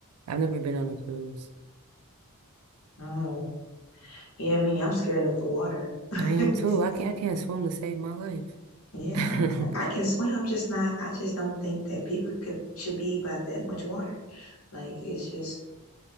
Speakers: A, on the right; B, on the left.
A: I've never been on a cruise.
B: Oh, Yeah, I mean, I'm scared of the water. <laughs>
A: I am too.
B: So,
A: I can't I can't swim to save my life.
B: yeah.
A: <laughs>
B: I I can swim. I'm just not, I just don't think that people could should be by that much water. Like it's just